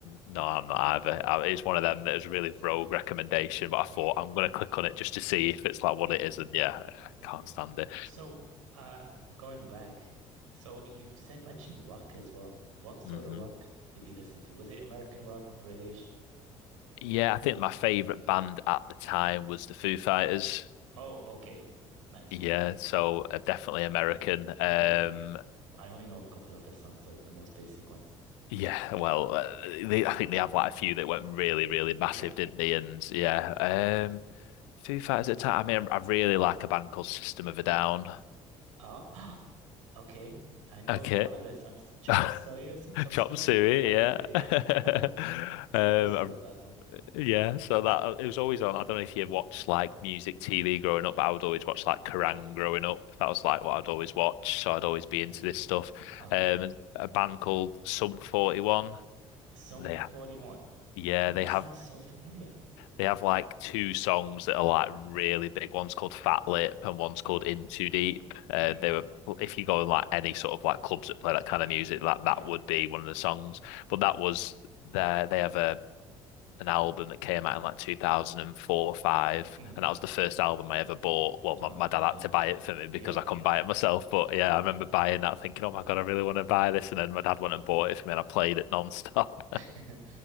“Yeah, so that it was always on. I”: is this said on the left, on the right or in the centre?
Left